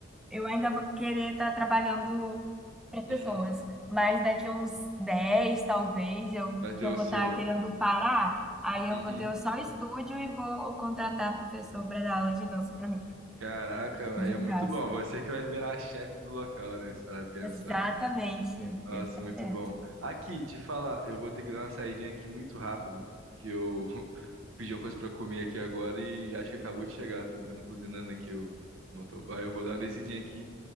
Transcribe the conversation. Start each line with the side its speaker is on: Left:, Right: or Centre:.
Centre: Eu ainda vou querer estar trabalhando para pessoas,
Right: uhum.
Centre: mas daqui a uns 10 talvez, eu,
Right: Vai ter
Centre: que eu
Right: o
Centre: vou
Right: seu.
Centre: estar querendo parar, aí
Right: Uhum.
Centre: eu vou ter só o estúdio e vou contratar professor para dar aula de dança para mim.
Right: Caraca,
Centre: Hoje,
Right: aí é muito
Centre: caso.
Right: bom. Você que vai virar a chefe do local, né? Se parar pra pensar.
Centre: Exatamente.
Right: Nossa,
Centre: Exatamente.
Right: muito bom. Aqui, te falar, eu vou ter que dar uma saidinha aqui muito rápido, que eu <laughs> pedi uma coisa pra comer aqui agora e acho que acabou de chegar. Tô vendo buzinando aqui o motoboy. Eu vou dar uma descidinha aqui.